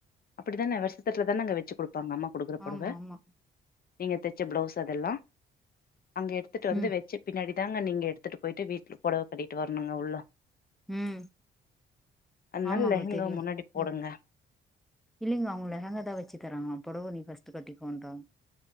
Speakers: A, on the left; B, in the centre.
A: அப்டித்தானே வருஷத்துட்டுல தானேங்க வெச்சு கொடுப்பாங்க அம்மா குடுக்குற பொடவ
B: ஆமா ஆமா
A: நீங்க தெச்ச ப்ளவுஸ் அதெல்லா அங்க எடுத்துட்டு வந்து
B: ம்
A: வெச்சு பின்னாடிதாங்க நீங்க எடுத்துட்டு போயிட்டு வீட்டுல புடவ கட்டிட்டு வரணுங்க உள்ள
B: ம்
A: அதுனால
B: ஆமாங்க
A: லெஹங்காவ
B: தெரியு
A: முன்னாடி போடுங்க
B: ம் இல்லைங்க அவங்க லெஹங்கா தா வெச்சு தராங்களா புடவ நீ ஃபர்ஸ்ட் கட்டிகோன்றாங்க